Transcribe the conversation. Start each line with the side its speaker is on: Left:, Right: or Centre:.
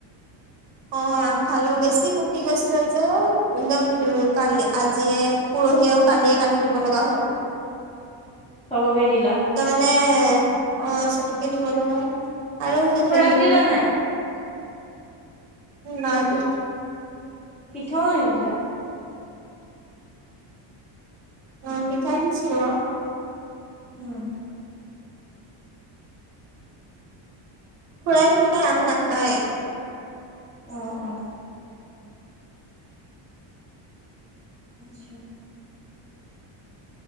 Right: অ' আম খালো বেছি পকি গৈছিলে যে একদম কালি আজিয়ে পৰহিয়ও কালিয়ে কাটি দিব লগা হ'ল।
Left: চবকে দিলা
Right: ত' মানে অ' চব কিনিব লগা আৰু
Left: খুৰাক
Right: হেৰি
Left: দিলা নাই।
Right: নাই দিয়া।
Left: পিঠাও নিদিলা।
Right: অ' পিঠা দিছিলো আও।
Left: উম
Right: খুৰা তেনেকে আম নাখায়।
Left: অঁ অ। আচ্ছা।